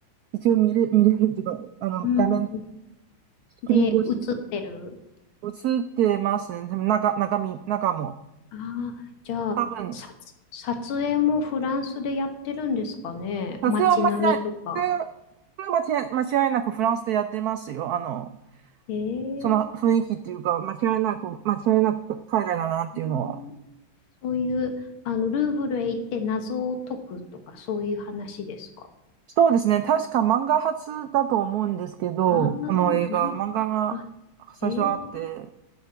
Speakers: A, on the right; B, on the left.
A: 一応見れ、見れるっていうか、あの、
B: うん
A: 画面、スクリーン越しで
B: で、映ってる。
A: 映ってますね。でも中、中身、中も。
B: ああ、じゃあ、
A: 多分、
B: 撮撮影もフランスでやってるんですかね。
A: さすが間違い、
B: 街並みとか。
A: 撮影が間違い、間違いなくフランスでやってますよ。あの、
B: ええ
A: その雰囲気っていうか、間違いなく、間違いなく海外だなっていうのは。
B: うんそういう、あの、ルーブルへ行って謎を解くとか、そういう話ですか。
A: そうですね。確か漫画初だと思うんですけど、
B: ああ、
A: この映画、
B: まん、
A: 漫画が
B: あ、
A: 最初あって、
B: ええ